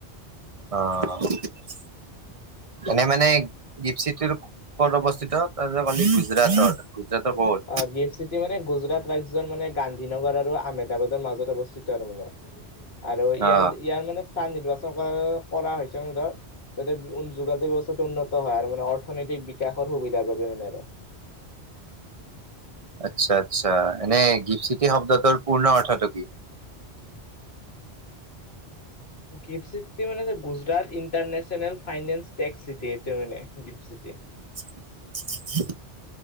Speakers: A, on the right; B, on the left.
A: অ, এনে মানে গিফ্টচিটিৰ কত অৱস্থিত তই যে কলি গুজৰাটত। গুজৰাটৰ ক'ত
B: অ গিফ্ট চিটি মানে গুজৰাট ৰাজ্যত মানে, গান্ধীনগৰ আৰু আহমেদাবাদৰ মাজত অৱস্থিত আৰু মানে আৰু ইয়াৰ
A: অ
B: ইয়াৰ মানে, স্থান নিৰ্বাচন কৰা কৰা হৈছেন ধৰ যাতে যোগাযোগ ব্যৱস্থাটো উন্নত, হয় আৰু মানে অৰ্থনৈতিক বিকাশৰ সুবিধাৰ বাবে মানে আৰু
A: আচ্ছা আচ্ছা এনে গিফ্ট চিফ, শব্দটোৰ পূৰ্ণ অৰ্থটো কি।
B: গিফ্ট চিটি মানে Gujarat international. Finance tax city এইটো মানে গিফ্ট চিটি।
A: <unintelligible>